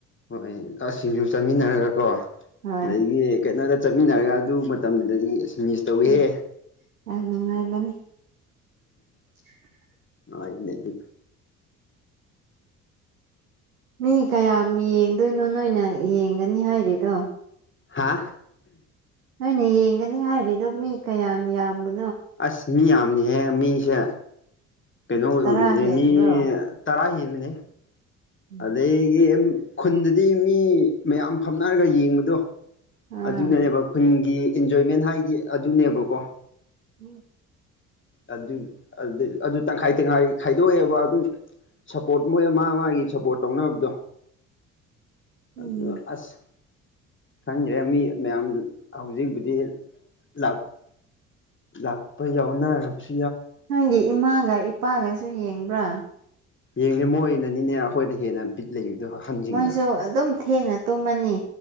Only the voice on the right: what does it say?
ꯍꯣꯏ
ꯎꯝ ꯑꯉꯥꯏꯗꯅꯤ <unintelligible>
ꯃꯤ ꯀꯌꯥꯝ ꯌꯦꯡꯗꯣꯏꯅꯣ ꯅꯣꯏꯅ ꯌꯦꯡꯒꯅꯤ ꯍꯥꯏꯔꯤꯗꯣ
ꯅꯣꯏꯅ ꯌꯦꯡꯒꯅꯤ ꯍꯥꯏꯔꯤꯗꯣ ꯃꯤ ꯀꯌꯥꯝ ꯌꯥꯝꯕꯅ
ꯇꯔꯥ
ꯍꯦꯟꯕ꯭ꯔꯣ
ꯎꯝ
ꯑꯥ
ꯎꯝ
<unintelligible> ꯎꯝ
ꯅꯪꯒꯤ ꯏꯃꯥꯒ ꯏꯄꯥꯒꯁꯨ ꯌꯦꯡꯕ꯭ꯔꯥ
ꯃꯣꯏꯁꯨ ꯑꯗꯨꯝ ꯊꯦꯡꯅ ꯇꯨꯝꯃꯅꯤ